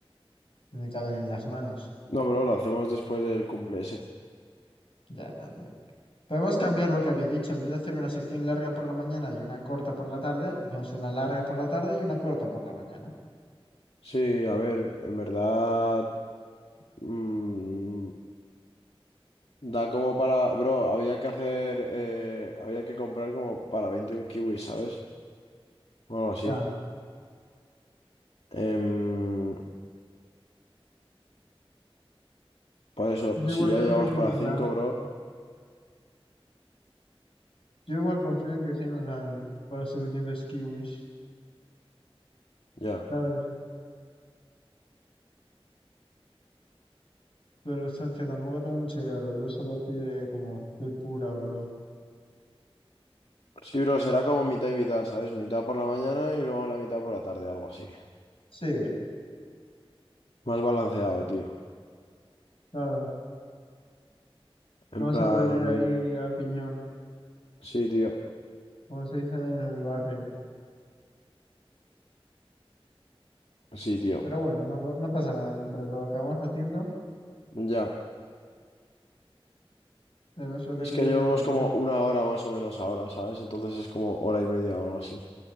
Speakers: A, on the left; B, on the left.
A: Que me caben en las manos.
B: No, pero lo hacemos después del cumple ese.
A: Ya, también. Podemos cambiar lo que habéis dicho. En vez de hacer una sección larga por la mañana y una corta por la tarde, hacemos una larga por la tarde y una corta por la mañana.
B: Sí, a ver, en verdad. mm, da como para. Bro, había que hacer. eh, había que comprar como para 21 kiwis, ¿sabes? O algo así.
A: Ya,
B: Em, por eso,
A: yo
B: si
A: igual
B: ya
A: creo
B: llevamos
A: que sí
B: para
A: nos
B: 5,
A: da.
B: bro.
A: Yo igual confío en que sí nos dan para los suficientes kiwis,
B: Ya.
A: ¿sabes? Pero es que tampoco tengo mucha idea, lo digo solo así de como de pura, bro.
B: Sí, bro, será como mitad y mitad, ¿sabes? Mitad por la mañana y luego la mitad por la tarde, algo así.
A: Sí,
B: Más balanceado, tío.
A: claro. No
B: En
A: vas
B: plan...
A: a poder ir ahí a piñón,
B: Sí, tío.
A: como se dice en el barrio.
B: Sí, tío.
A: Pero bueno, no, pa- no pasa nada mientras lo acabamos haciendo.
B: Ya.
A: eh, Es lo que
B: Es
A: te
B: que
A: digo
B: llevamos
A: yo, que a mí
B: como
A: tampoco.
B: una hora más o menos ahora, ¿sabes? Entonces es como hora y media o algo así.